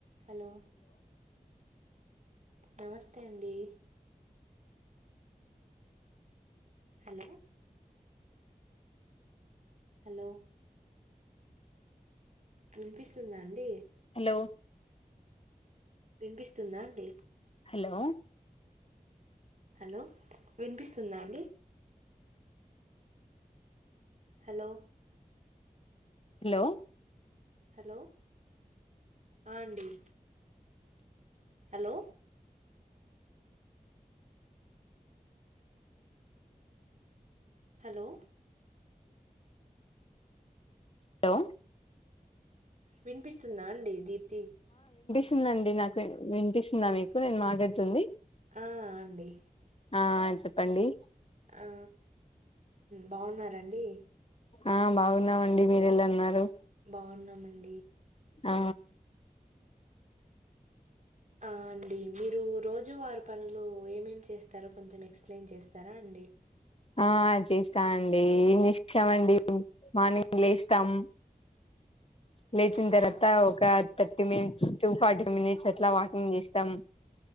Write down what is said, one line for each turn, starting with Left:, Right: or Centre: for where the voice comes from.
Right: Hello నమస్తే అండి hello hello వినిపిస్తుందా అండి
Left: హలో
Right: వినిపిస్తుందా అండి
Left: హలో
Right: హలో విన్పిస్ తుందా అండి. హెలో
Left: లో
Right: హలో ఆ అండి హెలో హలో
Left: లో
Right: విన్పిస్తుందా అండి దీప్తి
Left: తుందండి నాకు వినిపిస్తుందా మీకు నేను మాటాడుతుంది
Right: ఆ అండి
Left: ఆ చెప్పండి
Right: ఆ బావున్నారా డి
Left: ఆ బావున్నామండి మీరు ఎల ఉన్నారు
Right: బావున్నామన్
Left: ఆ
Right: ఆ అండి మీరు రోజ్ రోజు వారు పనులు ఏమేం చేస్తారో కొంచెం ఎక్స్ప్లెయిన్ చేస్తారా అండి
Left: ఆ చేస్తాఅండీ ఏం చేస్తామండి మార్నింగ్ లేస్తాం లేచిన
Right: ఆ
Left: తర్వాత ఒక thirty minutes to forty minutes ఎట్లా వాకింగ్ చేస్తాం